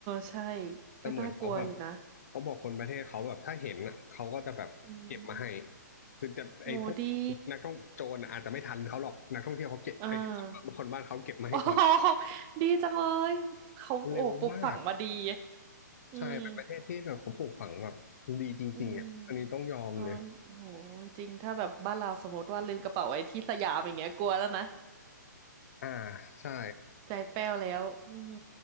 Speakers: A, on the right; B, on the left.
A: ใช่
B: แต่เหมือนเขาแบบ
A: ก็น่ากลัวอยู่นะ
B: เขาบอกคนประเทศเขาแบบถ้าเห็นอ่ะเขาก็จะแบบเก็บมาให้
A: อืม
B: คือจะไอ้พวก
A: โหดี
B: นักท่องโจรน่ะอาจจะไม่ทันเขาหรอกนักท่องเที่ยวเขาเก็บไอ้คนคนบ้านเขาเก็บมาให้ก่อน
A: อ่า <laughs> โอ้โหดีจังเลยเขาโอ้ปลูกฝังมาดี
B: เร็วมาก
A: อืม
B: ใช่เป็นประเทศที่แบบเขาปลูกฝังแบบดีจริงๆอ่ะอันนี้ต้องยอมเลย
A: อืมอ๋อโหจริงถ้าแบบบ้านเราสมมติว่าลืมกระเป๋าไว้ที่สยามอย่างเงี้ยกลัวแล้วนะ
B: อ่าใช่
A: ใจแป้วแล้วอืม